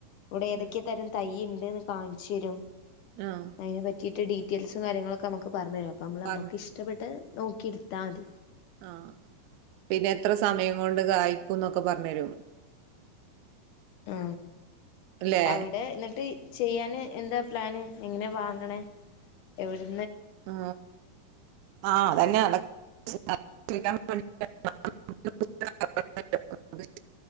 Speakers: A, on the left (about 70°); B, on the right (about 80°).
A: ഇവിടെ ഏതൊക്കെ
B: ഉം
A: തരം തൈയ് ണ്ട്ന്ന് കാൺച്ചെരും
B: ആഹ്
A: അയിനെ പറ്റിയിട്ട് ഡി ഡീറ്റെൽസും കാര്യങ്ങളൊക്കെ അമക്ക് പർഞ്ഞരോ അപ്പോമ്മള്
B: പറഞ്ഞ്
A: മ്മക്ക് ഇഷ്ടപ്പെട്ട് നോക്കി ട്ത്താ മതി
B: ആ പിന്നെ എത്ര സമയം കൊണ്ട് കായ്ക്കുംന്നൊക്കെ പറഞ്ഞു തരും
A: ആ
B: അല്ലേ
A: അവിടെ എന്നിട്ട് ചെയ്യാന് എന്താ പ്ലാന് എങ്ങനെ വാങ്ങ്ണെ എവിടെ
B: ആ ആ അതന്നെ നട <unintelligible> <unintelligible>